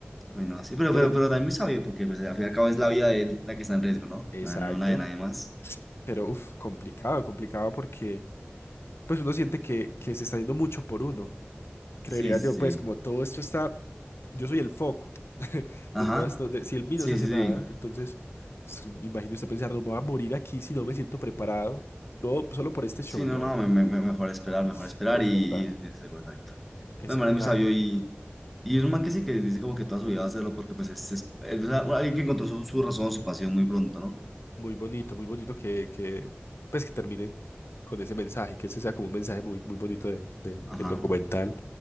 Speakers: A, in the centre; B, on the left (about 75°).
A: Bueno, sí, pero,
B: De-
A: pero, pero también muy sabio, porque pues, al fin y al cabo es la vida de él la que está en riesgo, ¿no?
B: Exacto,
A: Nada, no la de nadie más.
B: pero uff, complicado, complicado porque pues uno siente que, que se está yendo mucho por uno. Creería
A: Sí, sí.
B: yo, pues como
A: sí.
B: todo esto está, yo soy el foco
A: Ajá.
B: de todo esto, de, si el mí
A: Sí,
B: no se hace
A: sí,
B: nada,
A: sí.
B: entonces s- me imagino usted pensar, no me voy a morir aquí si no me siento preparado, todo solo por este show,
A: Sí, no,
B: no,
A: no,
B: no.
A: me- me- me- mejor esperar,
B: <laughs>
A: mejor esperar
B: Es
A: y,
B: verdad,
A: y, y seguro, exacto.
B: es
A: No, el
B: verdad.
A: man es muy sabio y, y es un man que sí que dice como que toda su vida va a hacerlo porque pues es, es- es- o sea, bueno, alguien que encontró su, su razón, su pasión muy pronto, ¿no?
B: Muy bonito, muy bonito que, que, pues que termine con ese mensaje, que ese sea como un mensaje muy, muy bonito de- de- del
A: Ajá.
B: documental.